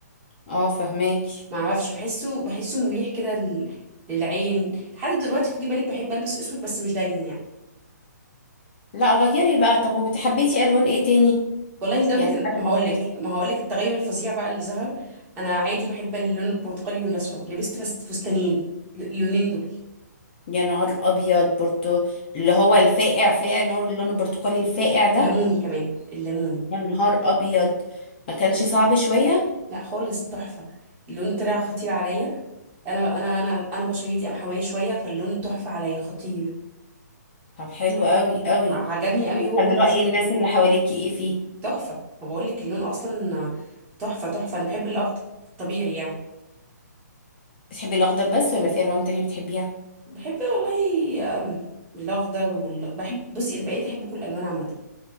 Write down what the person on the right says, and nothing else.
ما اعرفش بحسه بحسه مريح كده لل... للعين لحد دلوقتي خدي بالك بحب البس اسود بس مش دايما يعني
والله لدرجة
ان
ما
هقولك
ما هقولك التغير الفظيع بقى اللي ظهر انا عادي بحب اللون البرتقالي والاصفر لبست بس فستانين ل- اللونين دول
ليموني كمان الليموني
لا خالص تحفة اللون طلع خطير عليا انا انا انا انا بشرتي قمحوية شوية فاللون تحفة عليا خطير
عجبني
قوي هو
الاصفر
تحفة ما بقولك اللون اصلا تحفة تحفة انا بحب الاخضر طبيعي يعني
بحب والله آم، الاخضر وال... بحب بصي انا بقيت احب كل الالوان عامة